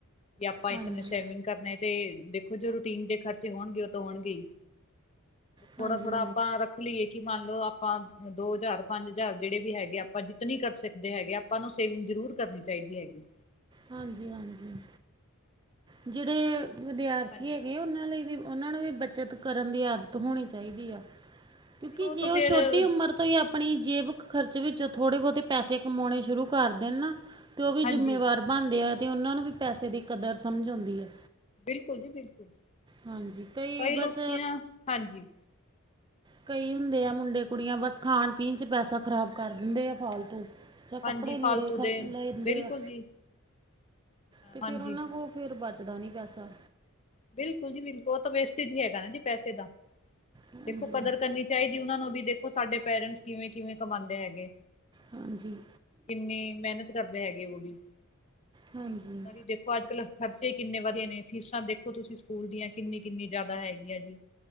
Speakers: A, on the left; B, on the right.
A: ਜੇ ਆਪਾਂ
B: ਹਾਂਜੀ
A: ਇਤਨੇ ਸੇਵਿੰਗ ਕਰਨੇ ਤੇ ਦੇਖੋ ਜੋ ਰੂਟੀਨ ਦੇ ਖ਼ਰਚੇ ਹੋਣਗੇ ਓ ਤੋਂ ਹੋਣਗੇ ਈ। ਥੋੜਾ-ਥੋੜਾ
B: ਹਾਂਜੀ ਹਾਂਜੀ
A: ਆਪਾਂ ਰੱਖ ਲਈਏ ਕਿ ਮੰਨ ਲੋ ਆਪਾਂ ਦੋ ਹਜ਼ਾਰ ਪੰਜ ਹਜ਼ਾਰ ਜਿਹੜੇ ਵੀ ਹੈਗੇ ਆ ਆਪਾਂ ਜਿੱਤਨੀ ਕਰ ਸਕਦੇ ਹੈਗੇ ਆ ਆਪਾਂ ਨੂੰ ਸੇਵਿੰਗ ਜ਼ਰੂਰ ਕਰਨੀ ਚਾਹੀਦੀ ਹੈਗੀ।
B: ਹਾਂਜੀ-ਹਾਂਜੀ, ਜਿਹੜੇ ਵਿਦਿਆਰਥੀ
A: ਹਾਂਜੀ
B: ਹੈਗੇ ਉਹਨਾਂ ਲਈ ਵੀ ਉਹਨਾਂ ਨੂੰ ਵੀ ਬੱਚਤ ਕਰਨ ਦੀ ਆਦਤ ਹੋਣੀ ਚਾਹੀਦੀ ਆ, ਕਿਉਂਕਿ
A: ਹਾਂਜੀ
B: ਜੇ
A: ਤਾਂ ਫੇਰ
B: ਉਹ ਛੋਟੀ ਉਮਰ ਤੋਂ ਹੀ ਆਪਣੀ ਜੇਬ ਖਰਚ ਵਿੱਚ ਥੋੜੇ ਬਹੁਤੇ ਪੈਸੇ ਕਮਾਉਣੇ ਸ਼ੁਰੂ ਕਰਦੇ ਨੇ ਨਾ। ਤੇ ਉਹ ਵੀ ਜ਼ਿੰਮੇਵਾਰ
A: ਹਾਂਜੀ,
B: ਬਣਦੇ ਆ ਅਤੇ ਉਹਨਾਂ ਨੂੰ ਵੀ ਪੈਸੇ ਦੀ ਕਦਰ ਸਮਝ ਆਉਂਦੀ ਐ।
A: ਬਿਲਕੁਲ ਜੀ ਬਿਲਕੁਲ,
B: ਹਾਂਜੀ
A: ਕਈ ਲੋਕੀ
B: ਬਸ
A: ਨਾ ਹਾਂਜੀ।
B: ਕਈ ਹੁੰਦੇ ਆ ਮੁੰਡੇ ਕੁੜੀਆਂ ਬਸ ਖਾਣ ਪੀਣ 'ਚ ਪੈਸਾ ਖ਼ਰਾਬ ਕਰ ਦਿੰਦੇ ਆ ਫਾਲਤੂ। ਜਾਂ
A: ਹਾਂਜੀ
B: ਕੱਪੜੇ ਲੀੜੇ
A: ਫਾਲਤੂ ਦੇ,
B: ਖ ਲੈਂਦੇ
A: ਬਿਲਕੁਲ
B: ਆ
A: ਜੀ,
B: ਤੇ ਫਿਰ
A: ਹਾਂਜੀ।
B: ਉਹਨਾਂ ਕੋਲ ਫਿਰ ਬਚਦਾ ਨੀ ਪੈਸਾ,
A: ਬਿਲਕੁਲ ਜੀ ਬਿਲਕੁਲ ਉਹ ਤਾਂ ਵੇਸਟਜ ਹੀ ਹੈਗਾ ਨਾ ਜੀ, ਪੈਸੇ ਦਾ
B: ਹਾਂਜੀ
A: ਦੇਖੋ ਕਦਰ ਕਰਨੀ। ਚਾਹੀਦੀ ਉਹਨਾਂ ਨੂੰ ਵੀ ਦੇਖੋ ਸਾਡੇ ਪੇਰੈਂਟਸ ਕਿਵੇਂ ਕਿਵੇਂ ਕਮਾਦੇ ਹੈਗੇ,
B: ਹਾਂਜੀ
A: ਕਿੰਨੀ ਮਿਹਨਤ ਕਰਦੇ ਹੈਗੇ ਉਹ ਵੀ,
B: ਹਾਂਜੀ
A: ਉਹਨਾਂ ਦੀ ਦੇਖੋ ਅੱਜ ਕੱਲ ਖਰਚੇ ਕਿੰਨੇ ਵਧੇ ਨੇ ਫੀਸਾਂ ਦੇਖੋ। ਫੇਰ ਤੁਸੀਂ ਸਕੂਲ ਦੀਆਂ ਕਿੰਨੀ-ਕਿੰਨੀ ਜ਼ਿਆਦਾ ਹੈਗੀ ਆ ਜੀ,